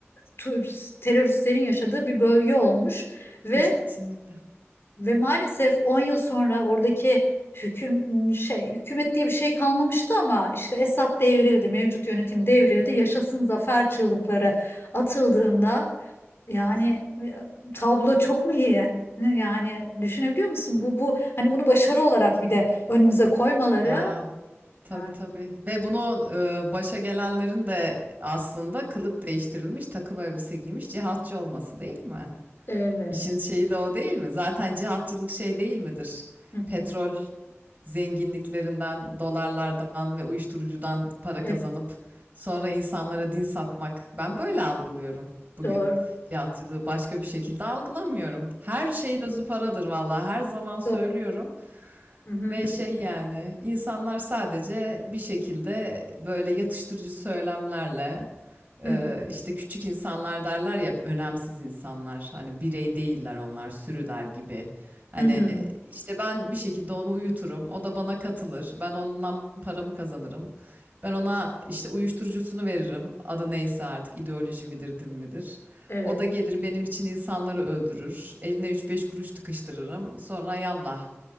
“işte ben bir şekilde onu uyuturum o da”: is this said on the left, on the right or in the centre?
Right